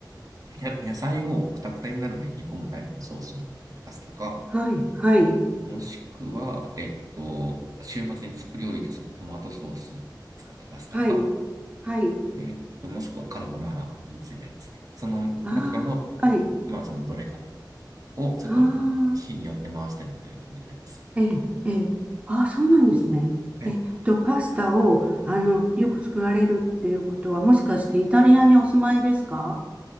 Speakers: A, on the right (about 50°); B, on the right (about 15°).
A: や、野菜をくたくたになる前に煮込むタイプのソースのパスタか、
B: はい。はい。
A: もしくは、えっと、週末に作り置いたそのトマトソース使ったパスタか、
B: はい。はい。
A: えーっと、もしくはカルボナーラの3つになりますね。その中の、
B: ああ。はい。
A: まあ、そのどれかをちょっと日によって回してるという感じになりますね。
B: ああ。ええ、ええ。ああ、そうなんですね。
A: はい
B: えっと、パスタを、あの、よく作られるっていうことは、もしかしてイタリアにお住まいですか